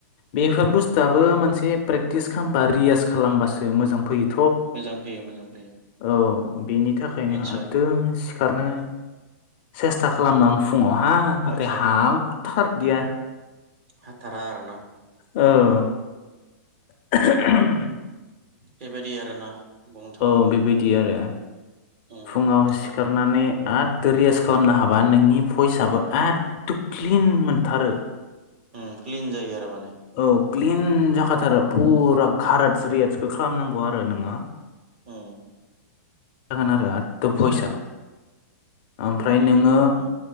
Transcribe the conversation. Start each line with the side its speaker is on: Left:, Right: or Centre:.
Left: बेफोर बुस्थुआबो मोनसे प्रेक्टिस खालामबा रिय्स खालामबासो मोजां फैयो।
Right: मोजां फैयो मोजां फैयो।
Left: औ बेनि थाखायनो
Right: निस्सय
Left: आददो सिखारनो सेस्था खालामो आं फुङाव हा नाथाय
Right: बाखिया
Left: हाथार दिया।
Right: हाथारा आरोना?
Left: औ <unintelligible>
Right: बेबायदि आरोना बुंनो थाङोब्ला
Left: औ बेबायदि आरो।
Right: उम
Left: फुङाव सिखारनानै
Right: आरो
Left: एद' रियास खालामनो हाबा नोंनि भइसआबो एद' क्लिन मोनथारो।
Right: उम क्लिन जायो आरो माने।
Left: औ क्लिन जाखाथारो फुरा गारतस रियासखौ खालामनांगौ आरो नोङो।
Right: उम
Left: जागोन आरो आथथो
Right: आदसा
Left: भइस आं आमफ्राय
Right: बेबायदि
Left: नोङो
Right: आरोना